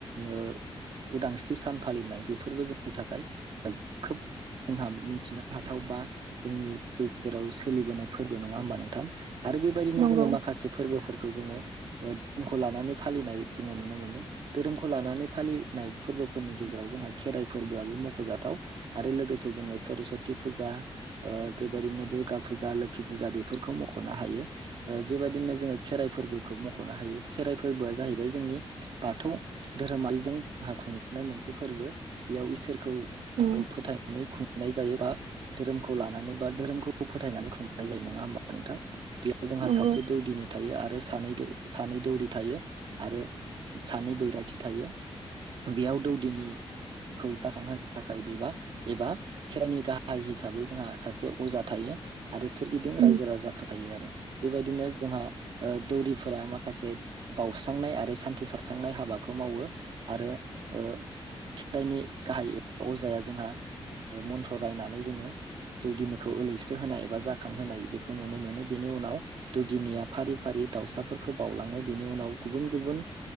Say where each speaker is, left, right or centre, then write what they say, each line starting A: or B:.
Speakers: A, on the right; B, on the right.
A: ओ उदांस्रि सान फालिनाय बेफोरबो जोंनि थाखाय खोब जोंहा मिथिनो हाथाव बा जोंनि गेजेराव सोलिबोनाय फोरबो नंङा होमबा नोंथां आरो बेबायदिनो
B: नंगौ
A: जोंङो माखासे फोरबोफोरखौ जोंङो ओ धोरोमखौ लानानै फालिनाय जोंङो नुनो मोनो धोरोमखौ लानानै फालिनाय फोरबोफोरनि गेजेराव जोंहा खेराइ फोरबोआबो मख'जा थाव आरो लोगोसे जोङो सरसति फुजा बेबायदिनो दुर्गा फुजा लोखि फुजा आरो लोगोस जों सरासति पुजा ओ बेबायदिनो दुरगा पुजा लोखि पुजा बेफोरखौ मख'नो हायो बेबायदिनो जोंङो खेराइ फोरबोखौ मख'नो हायो खेराइ फोरबोआ जाहैबाय जोंनि बाथौ धोरोमारिजों जोंहा खुंजानाय मोनसे फोरबो बेयाव इसोरखौ ओ
B: उम
A: फोथायनाय खुं खुंनाय जायोबा धोरोमखौ लानानै बा धोरोमखौ फोथायनानै खुंनाय जायो नङा होमबा नोंथां? बेयाव जोंहा
B: नंगौ
A: सासे दौदिनि थायो आरो । सानै सानै दौरि थायो आरो सानै बैराथि थायो बेयाव दौदिनि खौ जाखांहोन थाखाय बेबा एबा खेराइनि गाहाय हिसाबै जोंहा सासे अजा थायो । आरो सोरगिदिं
B: उम
A: रायजो राजाफोरो थायो आरो । बेबायदिनो जोंहा ओ दौरिफोरा माखासे बावउस्रांनाय आरो सान्थि सारस्रांनाय हाबाखौ मावो आरो ओ खेराइनि गाहाय ए अजाया जोंहा मन्थ्र रायनानै जोंङो दौदिनिखौ एलैस्रो होनाय एबा जाखांहोनाय बे खौ नुनो मोनो बेनि उनाव दौदिनिया फारि फारि दाउसाफोरखौ बावलांङो बेनि उनाव गुबुन गुबुन